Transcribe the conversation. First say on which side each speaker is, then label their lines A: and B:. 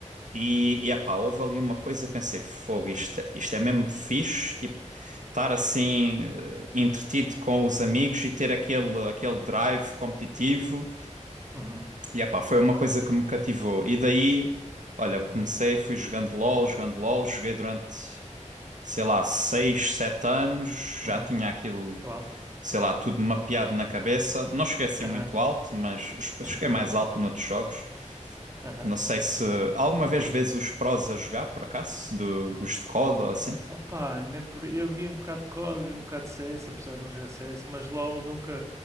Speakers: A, on the right (about 75°); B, on the right (about 25°).
A: E, e epá, houve ali uma coisa, eu pensei, fogo, isto, isto é mesmo fixe, tipo, estar assim eh, entretido com os amigos e ter aquele, aquele drive competitivo.
B: Uhum.
A: E epá, foi uma coisa que me cativou. E daí, olha, comecei, fui jogando LOL, jogando LOL, joguei durante, sei lá, 6 7 anos,
B: Uhum.
A: já tinha aquilo,
B: Uau.
A: sei lá, tudo mapeado na cabeça. Não cheguei a ser
B: Aham.
A: muito alto, mas
B: <laughs>
A: cheguei mais alto noutros jogos.
B: Aham.
A: Não sei se alguma vez
B: Boa.
A: vês os prós a jogar, por acaso, do, os de COD ou assim.
B: Opa, nem por... eu vi um bocado de COD, vi um bocado de C s apesar de não jogar C s mas LOL nunca,